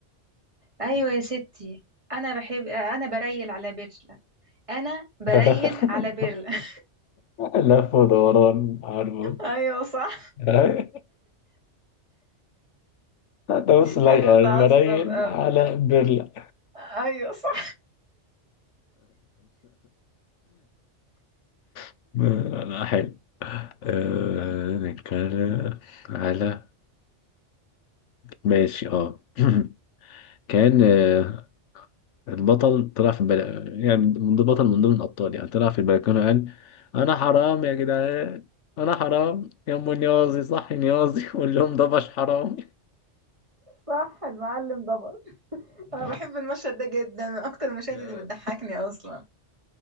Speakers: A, on the right; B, on the left.
A: ايوه يا ستي انا بحب انا بريل على بيرلا انا بريل
B: <laughs>
A: على بيرلا <laughs>
B: لف ودوران عارفه
A: ايوه صح
B: <laughs> انت بص لايقة
A: كان متعصب
B: المرايل
A: قوي
B: على برلة
A: ايوه صح
B: <laughs> لا حلو أه
A: مم.
B: نتكلم على ماشي اه <clears throat> كان آه، البطل طلع في البل... يعني من ضمن بطل من ضمن الأبطال يعني طلع في البلكونة قال أنا حرام يا جدعان أنا حرام يا أم نيازي صحي نيازي <laughs> قول لهم ده مش حرام
A: صح المعلم ضبط انا بحب المشهد ده جدا من اكتر المشاهد
B: <laughs>
A: اللي بتضحكني اصلا